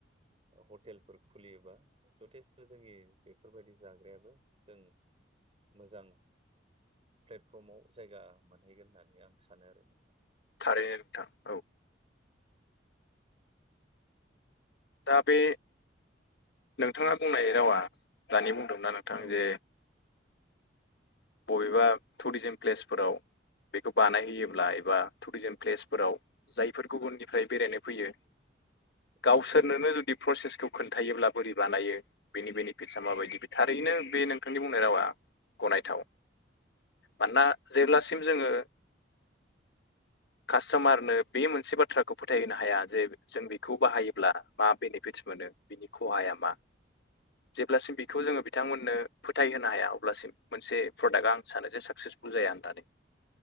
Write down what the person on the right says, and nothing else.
हटेलफोर खुलियोबा जथेस्थ' जोंनि बेफोरबायदि जाग्रायाबो जों मोजां प्लेटफर्माव जायगा मोनहैगोन होननानै आं सानो आरो नोंथां
औ
औ
औ